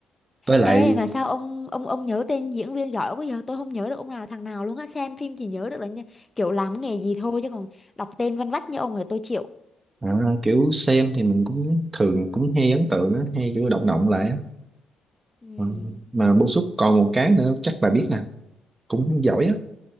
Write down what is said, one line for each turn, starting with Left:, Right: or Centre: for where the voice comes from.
Right: với lại
Left: Ê mà sao ông ông ông nhớ tên diễn viên giỏi quá giờ tôi không nhớ được ông nào thằng nào luôn á xem phim chỉ nhớ được là như, kiểu làm cái nghề gì thôi chứ còn đọc tên văn vách như ông rồi tôi chịu
Right: à, kiểu xem thì mình cũng thường cũng hay ấn tượng á hay kiểu động động lại á
Left: Ừm,
Right: Ờ, mà bô súc còn một cái nữa chắc bà biết nè cũng giỏi á